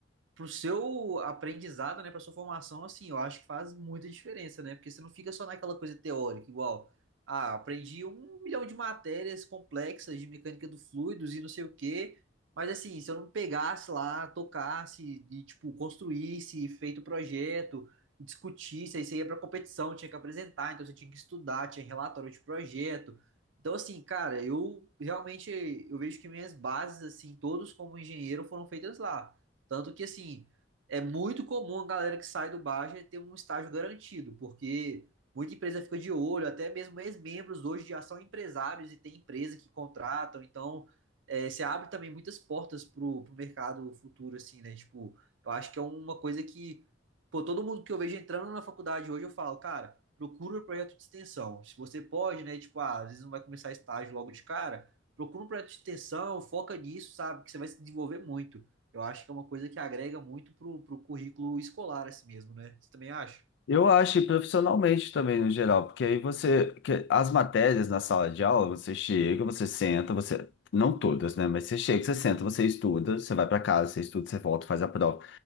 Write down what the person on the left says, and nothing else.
Eu acho, e profissionalmente também, no geral, porque aí você, que as matérias na sala de aula, você chega, você senta, você, não todas, né, mas você chega, você senta, você estuda, você vai para casa, você estuda, você volta, faz a prova.